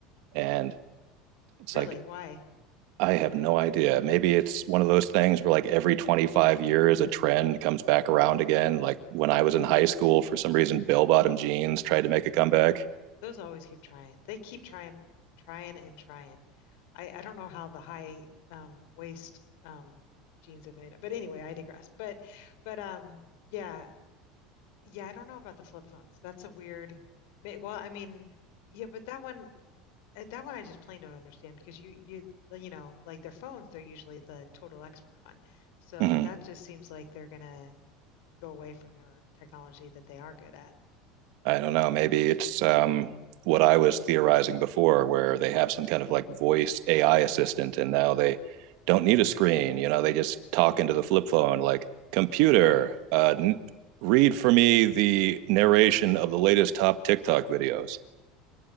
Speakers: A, on the right; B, on the left.
A: and it's
B: really,
A: like
B: why?
A: I have no idea. Maybe it's one of those things where like every 25 years a trend comes back around again. Like when I was in high school, for some reason, bell bottom jeans tried to make a comeback.
B: Those always keep trying. They keep trying, trying and trying. I I don't know how the high um waist um jeans have made it. But anyway, I digress. But but um yeah yeah I don't know about the flip phones. That's a weird. may- Well, I mean yeah, but that one uh, that one I just plain don't understand because you you well, you know like their phones they're usually the total expert on. So
A: Mm-hmm.
B: that just seems like they're gonna go away from their technology that they are good at.
A: I don't know. Maybe it's um, what I was theorizing before, where they have some kind of like voice AI assistant, and now they don't need a screen. You know, they just talk into the flip phone, like computer, uh, n- read for me the narration of the latest top TikTok videos.